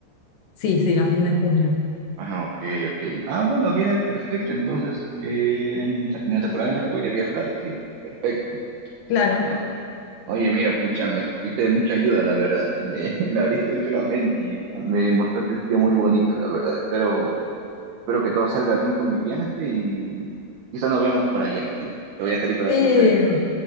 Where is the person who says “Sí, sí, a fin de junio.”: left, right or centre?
Left